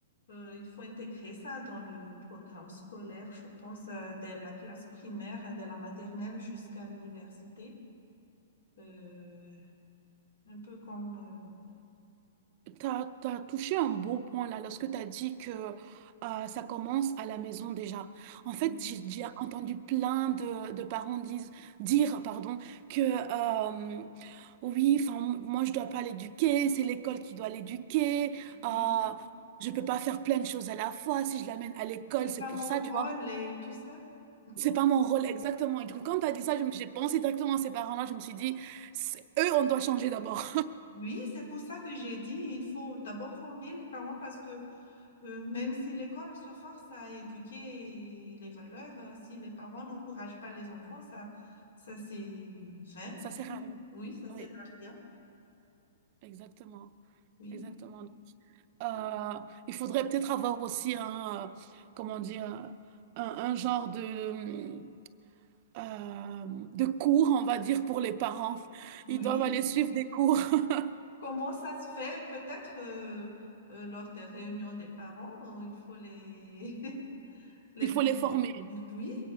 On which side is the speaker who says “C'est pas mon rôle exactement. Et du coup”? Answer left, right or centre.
Right